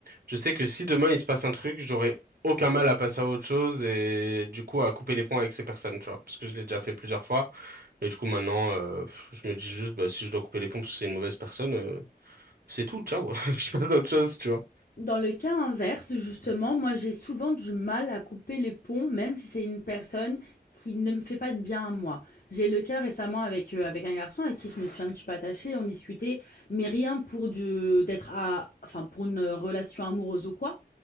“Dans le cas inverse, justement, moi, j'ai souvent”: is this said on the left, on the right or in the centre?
Left